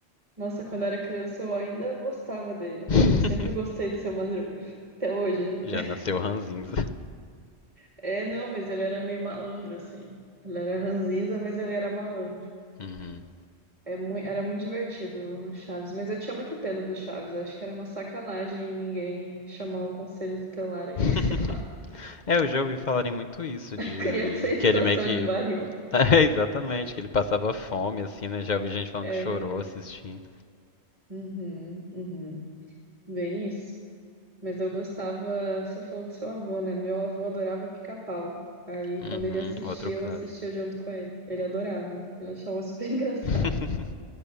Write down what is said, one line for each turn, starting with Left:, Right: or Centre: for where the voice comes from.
Right: Nossa, quando eu era criança eu ainda gostava dele.
Left: <laughs>
Right: Eu sempre gostei do Seu Madruga. <laughs> Até hoje.
Left: Já nasceu ranzinza.
Right: É, não, mas ele era meio malandro, assim. Ele era ranzinza, mas ele era malandro.
Left: Uhum.
Right: É mui- era muito divertido o Chaves, mas eu tinha muita pena do Chaves. Acho que era uma sacanagem ninguém chamar o conselho tutelar aí,
Left: <laughs>
Right: <laughs> sei lá.
Left: É, eu já ouvi falarem muito isso, de
Right: Criança em situação
Left: que ele meio que.
Right: de barril.
Left: <laughs> É, exatamente, que ele passava fome, assim, né? Já ouvi gente falando
Right: É,
Left: que chorou assistindo.
Right: uhum, uhum, bem isso. Mas eu gostava, você falou do seu avô, né? Meu avô adorava pica-pau. Aí
Left: Uhum,
Right: quando ele assistia,
Left: outro clássico.
Right: eu assistia junto com ele. Ele adorava, ele achava super <laughs> engraçado.
Left: <laughs>